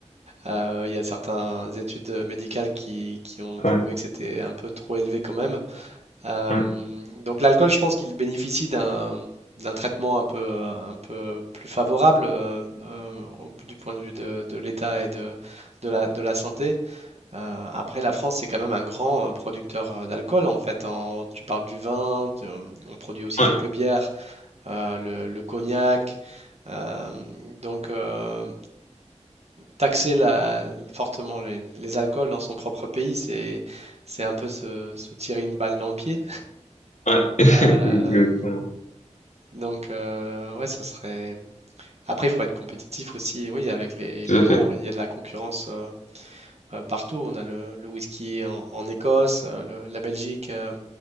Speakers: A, on the right; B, on the left.
A: euh, il y a certaines études euh, médicales qui, qui ont prouvé
B: Ouais,
A: que c'était un peu trop élevé quand même. Euh,
B: ouais,
A: donc l'alcool, je pense qu'il bénéficie d'un d'un traitement un peu un peu plus favorable euh, euh, au- du point de vue de, de l'état et de, de la, de la santé. Euh, après, la France, c'est quand même un grand euh, producteur euh, d'alcool, en fait. hein. tu parles du vin, tu- euh, on produit aussi
B: ouais,
A: quelques bières, euh, le, le cognac. euh, donc, euh, taxer la- fortement les, les alcools dans son propre pays, c'est, c'est un peu se, se tirer une balle dans le pied.
B: ouais, <laughs>
A: Euh,
B: exactement,
A: donc, euh, ouais, ça serait. Après, il faut être compétitif aussi. Oui, avec les.
B: tout
A: Maintenant,
B: à fait,
A: il y a de la concurrence euh, euh, partout. On a le, le whisky en, en Écosse, euh, le- la Belgique. euh,